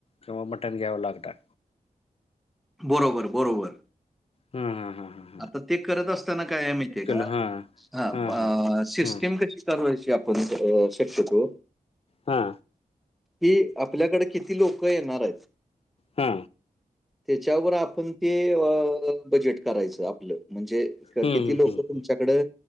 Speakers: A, on the left; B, in the centre.
A: किंवा मटण घ्यावं लागणार.
B: बरोबर, बरोबर.
A: हम्म, हम्म, हम्म.
B: आता ते करत असताना काय आहे माहीत आहे का
A: हां.
B: हा
A: हां, हां.
B: सिस्टीम
A: हं.
B: कशी दर वर्षी आपण शक्यतो.
A: हा.
B: कि आपल्याकडे किती लोक येणार आहेत.
A: हा.
B: त्याच्यावर आपण ते अ बजेट करायचं आपलं म्हणजे
A: हं,
B: किती
A: हं,
B: लोक
A: हं,
B: तुमच्याकडं
A: हं.